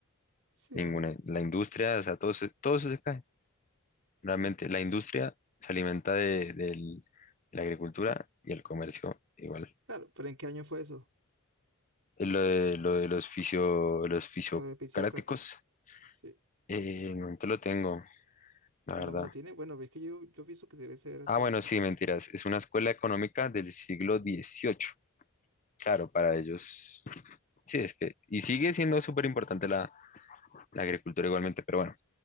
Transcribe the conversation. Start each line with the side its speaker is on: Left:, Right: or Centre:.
Right: Sí,
Left: ninguna,
Right: bueno.
Left: la industria, o sea, todo, se- todo eso se cae. Realmente
Right: Mm,
Left: la industria se alimenta de, del- de la agricultura y el comercio igual.
Right: Claro, pero ¿en qué año fue eso?
Left: eh, Lo de, lo de los fisio, los fisiocaráticos,
Right: Lo de Fisiócratas. Sí.
Left: eh, no te lo tengo, la
Right: No
Left: verdad.
Right: me lo tiene. Bueno, es que yo, yo pienso que debe ser hace
Left: Ah, bueno,
Right: bastante.
Left: sí, mentiras. Es una escuela económica del siglo dieciocho Claro, para ellos. Sí, es que. Y sigue siendo súper importante la, la agricultura igualmente, pero bueno,